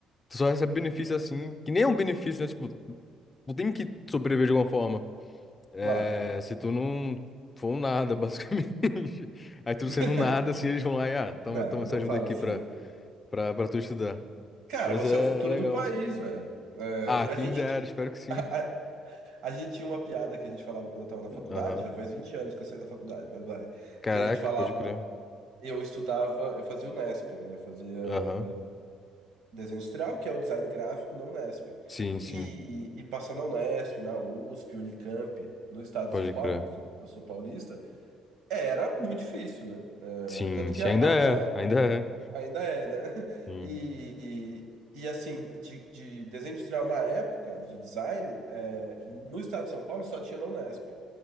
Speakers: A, on the left; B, on the right.
A: Tu só recebe benefício, assim, que nem é um benefício, né? Tipo, tu tem que sobreviver de alguma forma. É,
B: Claro.
A: se tu não for um nada, <laughs> basicamente. Aí tu
B: <laughs>
A: sendo um nada, assim, eles vão lá e, ah, toma,
B: Não,
A: toma essa
B: não
A: ajuda
B: fala
A: aqui
B: assim.
A: pra, pra, pra tu estudar.
B: Cara,
A: Mas
B: você
A: é,
B: é o futuro
A: é legal.
B: do país, velho. É,
A: Ah,
B: e
A: quem
B: a gente,
A: dera,
B: ti-
A: espero que sim.
B: <laughs> a, a gente tinha uma piada que a gente falava quando eu tava na faculdade,
A: Aham.
B: já faz 20 anos que eu saí da faculdade, mas vai.
A: Caraca,
B: Que a gente falava,
A: pode crer.
B: eu estudava, eu fazia o Nesp, né? Eu fazia
A: Aham.
B: ah, desenho industrial, que é o design gráfico na Unesp.
A: Sim, sim,
B: E, e passando na Unesp, na USP, Unicamp, no estado
A: pode
B: de São Paulo,
A: crer.
B: que eu sou, eu sou paulista, Era muito difícil, né?
A: Sim,
B: É, tanto que
A: sim,
B: a,
A: ainda
B: a UNE
A: é, ainda é.
B: ainda é, né? <laughs>
A: Sim,
B: E, e, e, assim, de, de desenho industrial na época, de design, é, no estado de São Paulo só tinha na Unesp.